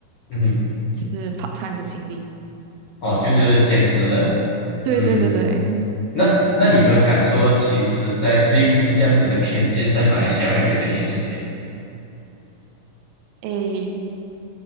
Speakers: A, on the left (about 80°); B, on the right (about 80°).
A: 嗯，
B: 就是 part time 的经历。
A: 哦，就是兼职的，
B: 对对对对，
A: 嗯，那那你有没有感受到，其实，在类似这样子的偏见，在马来西亚会更加严重一点？
B: 诶，